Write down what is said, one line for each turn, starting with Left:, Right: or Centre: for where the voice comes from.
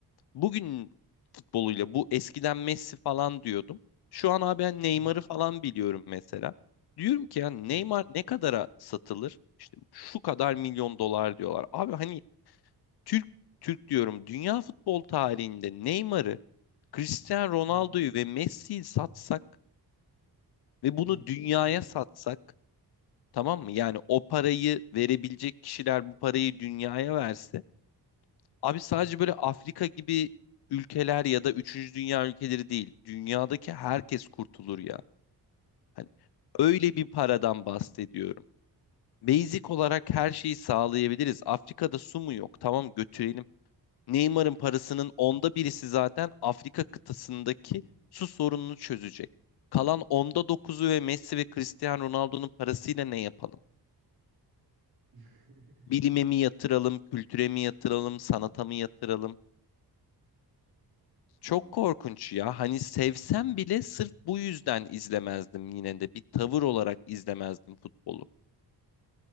Left: bugün futboluyla bu eskiden Messi falan diyordum. Şu an abi ben Neymar'ı
Right: hı hı,
Left: falan biliyorum mesela. Diyorum ki ya Neymar
Right: hı hı,
Left: ne kadara satılır? İşte şu kadar milyon dolar diyorlar. Abi hani Türk Türk diyorum dünya futbol tarihinde Neymar'ı Cristiano Ronaldo'yu
Right: hı hı,
Left: ve Messi'yi satsak ve bunu
Right: hı hı,
Left: dünyaya
Right: hı hı,
Left: satsak tamam mı? Yani o parayı verebilecek kişiler bu parayı dünyaya verse abi sadece
Right: hı hı.
Left: böyle Afrika gibi ülkeler ya da üçüncü dünya ülkeleri değil dünyadaki herkes kurtulur ya. Hani öyle bir paradan bahsediyorum. Basic olarak her şeyi sağlayabiliriz. Afrika'da su mu yok? Tamam götürelim. Neymar'ın parasının onda birisi zaten Afrika kıtasındaki su sorununu çözecek. Kalan onda dokuzu ve Messi ve Cristiano Ronaldo'nun parasıyla ne yapalım?
Right: <laughs>
Left: Bilime
Right: <laughs>
Left: mi yatıralım, kültüre mi yatıralım, sanata mı yatıralım? Çok
Right: Hmm,
Left: korkunç ya. Hani sevsem bile sırf bu yüzden izlemezdim yine de. Bir tavır olarak izlemezdim futbolu.